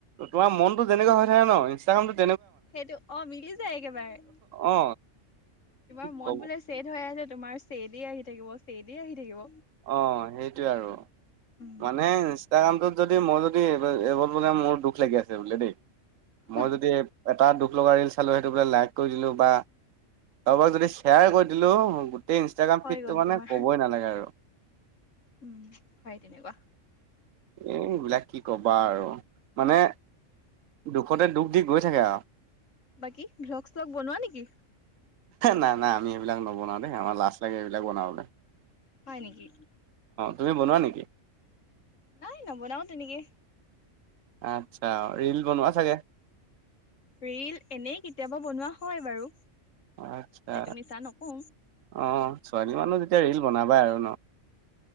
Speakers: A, on the right; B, on the left.
A: তোমাৰ মনতো তেনেকা হৈ থাকে ন ইনষ্টাগ্ৰাম
B: সেইটো অ মিলি যায় একেবাৰে।
A: অ
B: তোমাৰ মন
A: কব
B: বোলে ছেদ হৈ আছে তোমাৰ ছেদ এ আহি থাকিব ছেদ এ আহি থাকিব।
A: অ সেইটোৱে আৰু।
B: উম
A: মানে ইনষ্টাগ্ৰামটোত যদি মই যদিব এইবল বোলে মোৰ দুখ লাগি আছে ব দেই
B: হয়
A: মই যদি এটা দুখ লগা ৰিলচ চালু সেইটো বোলে লাইক কৰি দিলোঁ বা কাৰোবাক যদি শ্বেয়াৰ কৰি দিলোঁ ম গোতেই ইনষ্টাগ্ৰাম
B: হৈ
A: ফিডটো
B: গ'ল
A: মানে
B: তোমাৰ
A: ক'বই নালাগে আৰু।
B: উম হয় তেনেকুৱা।
A: এ এইবিলাক কি কবা আৰু মানে দুখতে দুখ দি গৈ থাকে আৰু।
B: বাকী ভ্লগ চলগ বনোৱা নেকি?
A: নাই নাই আমি এইবিলাক নবনাওঁ দেই আমাৰ লাষ্ট লাগে এইবিলাক বনাবলে।
B: হয় নেকি?
A: তুমি বনোৱা নেকি?
B: নাই নবনাও তেনেকে।
A: আচ্ছা ৰীল বনোৱা চাগে?
B: ৰিল এনেই কেতিয়াবা বনোৱা হয় বাৰু।
A: আচ্ছা
B: সেইটো মিছা নকওঁ
A: অ ছোৱালী মানুহ যেতিয়া ৰিল বনাবাই আৰু ন।